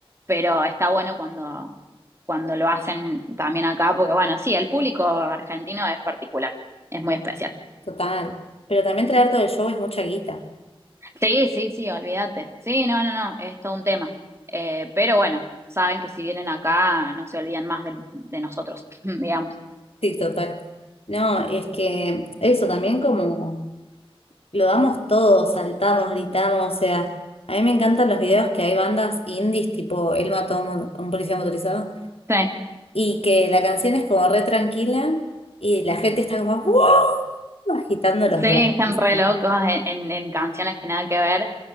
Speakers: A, on the right (about 25°); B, on the left (about 80°).
A: pero está bueno cuando, cuando lo hacen también acá, porque bueno, sí, el público argentino es particular, es muy especial.
B: total. Pero también traer todo el show es mucha guita.
A: Sí, sí, sí, olvídate. Sí, no, no, no, es todo un tema. Eh, pero bueno, saben que si vienen acá no se olvidan más del- de, nosotros, <laughs> digamos.
B: Sí, total. No, es que eso también como lo damos todo, saltamos, gritamos, o sea, a mí me encantan los videos que hay bandas indies tipo Él mató a un mo- a un policía motorizado
A: Sí.
B: y que la canción es como re tranquila y la gente está como ¡wow! agitando
A: Sí,
B: los brazos,
A: están re locos en, en- en canciones que nada que ver.